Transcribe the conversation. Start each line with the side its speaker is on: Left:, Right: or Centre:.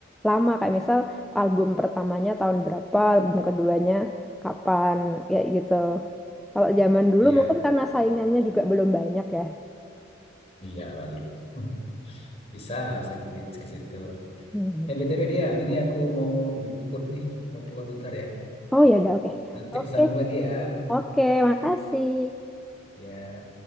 Centre: lama. Kayak misal album pertamanya tahun berapa, album keduanya kapan, ya gitu. Kalau zaman dulu
Left: iya,
Centre: mungkin karena saingannya juga belum banyak ya.
Left: iya kali. <laughs> Bisa, bisa ke, ke situ.
Centre: Hmm.
Left: Eh, BTW dia, ini aku mau jemput nih, mau keluar bentar ya.
Centre: Oh ya udah oke.
Left: Nanti
Centre: Oke,
Left: kita sambung lagi ya.
Centre: oke, makasih.
Left: Ya.